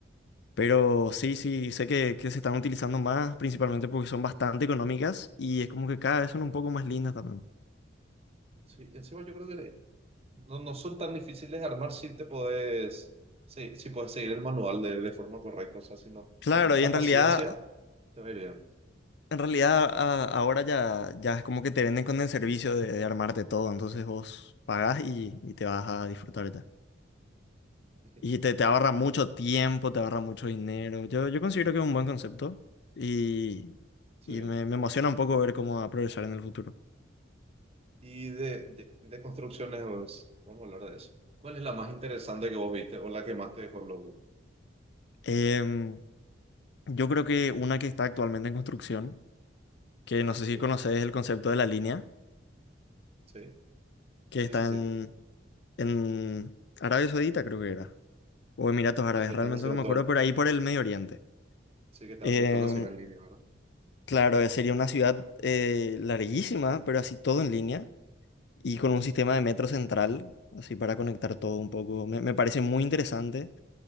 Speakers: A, on the left; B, on the right.
A: Pero sí, sí, sé que, que se están utilizando más, principalmente porque son bastante económicas y es como que cada vez son un poco más lindas también.
B: Sí, encima yo creo que le- no, no son tan difíciles de armar si te podés, sí, si podés seguir el manual de, de forma correcta. O sea, si no,
A: Claro,
B: si tenés la
A: y en
B: paciencia,
A: realidad,
B: te va a ir bien.
A: en realidad a- ahora ya, ya es como que te venden con el servicio de, de armarte todo, entonces vos pagás y, y te vas a disfrutar ya.
B: Es que
A: Y
B: eso
A: te,
B: es muy
A: te
B: bueno
A: ahorra
B: en las
A: mucho
B: casas. también.
A: tiempo, te ahorra mucho dinero. Yo, yo considero que es un buen concepto y,
B: Sí.
A: y me, me emociona un poco ver cómo va a progresar en el futuro.
B: Y de, de, de construcciones, pues, vamos a hablar de eso. ¿Cuál es la más interesante que vos viste o la que más te dejó loco?
A: Em, yo creo que una que está actualmente en construcción que no sé si
B: Sí,
A: conoces el concepto de la línea,
B: sí,
A: que
B: sí,
A: está
B: sí, sí.
A: en, en Arabia Saudita, creo que era, o Emiratos Árabes,
B: Sí, que están
A: realmente
B: haciendo
A: no me
B: todo,
A: acuerdo, pero ahí por el Medio Oriente.
B: sí, que están
A: Em,
B: haciendo toda la ciudad en línea, ¿verdad?
A: claro, eh, sería una ciudad eh, larguísima, pero así todo en línea, y con un sistema de metro central, así para conectar todo un poco. Me, me parece muy interesante.